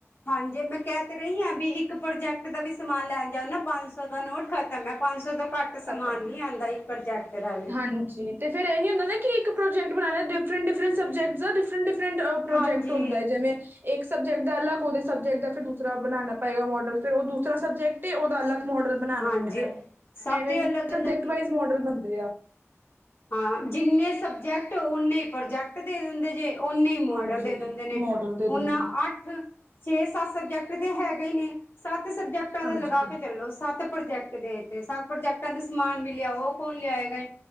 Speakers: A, on the left (about 50°); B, on the right (about 45°).
A: ਹਾਂਜੀ, ਮੈਂ ਕਹਿ ਤਾਂ ਰਹੀ ਹਾਂ ਵੀ ਇੱਕ ਪ੍ਰੋਜੈਕਟ ਦਾ ਵੀ ਸਮਾਨ ਲੈਣ ਜਾਓ, ਨਾ ਪੰਜ ਸੌ ਦਾ ਨੋਟ ਖਤਮ ਹੈ ਪੰਜ ਸੌ ਦਾ ਘੱਟ ਸਮਾਨ
B: ਖਤਮ
A: ਨਹੀਂ
B: ਹੈ
A: ਆਉਂਦਾ, ਇੱਕ ਪ੍ਰੋਜੈਕਟ ਦਾ ਵੀ
B: ਹਾਂਜੀ। ਤੇ ਫਿਰ ਅ ਨਹੀਂ ਹੁੰਦਾ ਨਾ ਕਿ ਇੱਕ ਪ੍ਰੋਜੈਕਟ ਬਣਾਉਣਾ ਡਿਫਰੈਂਟ-ਡਿਫਰੈਂਟ ਸਬਜੈਕਟ ਦਾ, ਡਿਫਰੈਂਟ-ਡਿਫਰੈਂਟ ਪ੍ਰੋਜੈਕਟ
A: ਹਾਂਜੀ
B: ਹੁੰਦਾ ਹੈ, ਜਿਵੇਂ ਇੱਕ ਸਬਜੈਕਟ ਦਾ ਅਲੱਗ, ਉਹਦੇ ਸਬਜੈਕਟ ਦਾ ਫਿਰ ਦੂਸਰਾ ਬਣਾਉਣਾ ਪਏਗਾ ਮੋਡਲ। ਫੇਰ ਉਹ ਦੂਸਰਾ ਸਬਜੈਕਟ ਐ, ਓਦਾ ਅਲੱਗ ਮੋਡਲ ਬਣਾਉਣਾ
A: ਹਾਂਜੀ
B: ਪੈਣਾ ਐ,
A: ਸਭ
B: ਇਵੇ
A: ਦੇ ਅਲੱਗ
B: ਸਬਜੈਕਟ-ਵਾਈਜ਼
A: ਅਲੱਗ ਹੀ ਹੈ
B: ਮੋਡਲ ਮੋਡਲ ਬੰਦੇ ਆ
A: ਹਾਂ, ਜਿੰਨੇ ਸਬਜੈਕਟ ਉਨੇ ਪ੍ਰੋਜੈਕਟ ਦੇ ਦਿੰਦੇ ਜੇ ਉਨੇ ਹੀ ਮੋਡਲ
B: ਹਾਂਜੀ
A: ਦੇ ਦਿੰਦੇ ਨੇ,
B: ਮੋਡਲ ਦੇ
A: ਹੁਣ
B: ਦਿੰਦੇ ਆ।
A: ਅੱਠ ਛੇ ਸੱਤ ਸਬਜੈਕਟ ਤੇ ਹੈਗੇ ਹੀ ਨੇ, ਸੱਤ ਸਬਜੈਕਟਾਂ ਦਾ
B: ਹਾਂਜੀ।
A: ਲਗਾ ਕੇ ਚੱਲੋ ਸੱਤ ਪ੍ਰੋਜੈਕਟ ਦੇ ਤੇ, ਸੱਤ ਪ੍ਰੋਜੈਕਟਾਂ ਦੇ ਸਮਾਨ ਵੀ ਲਿਆਓ ਕੌਣ ਲਿਆਏਗਾ